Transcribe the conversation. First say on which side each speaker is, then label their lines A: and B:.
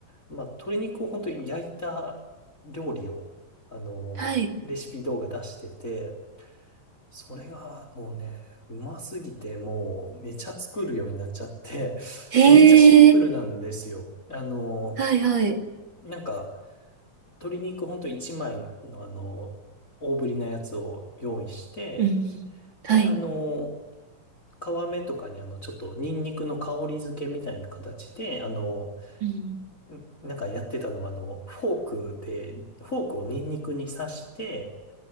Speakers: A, on the left; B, on the right.
A: まあ、鶏肉を本当に焼いた料理を、あの、
B: はい。
A: レシピ動画出してて、それがもうね、うますぎて、もうめちゃ作るようになっちゃって、
B: へえ、
A: めっちゃシンプルなんですよ。あの、
B: はいはい。
A: なんか、鶏肉ほんと1枚のあの、大ぶりなやつを用意して、
B: うんうん。はい。
A: で、あの、皮目とかにあの、ちょっとニンニクの香り付けみたいな形で、あの、
B: うん。
A: んなんかやってたのはあの、フォークで、フォークをニンニクに刺して、